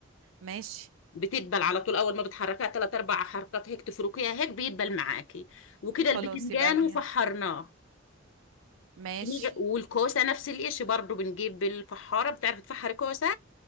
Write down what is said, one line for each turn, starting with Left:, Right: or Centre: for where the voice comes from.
Right: ماشي
Left: بتدبل على طول اول ما بتحركها ثلاث اربع حركات هيك تفركيها هيك بيدبل معاكي وكده
Right: خلاص
Left: البتنجان
Right: يبقى دي
Left: وفحرناه
Right: ماشي
Left: بنيجي- والكوسه نفس القش برضو بنجيب الفحاره بتعرف تفحر كوسه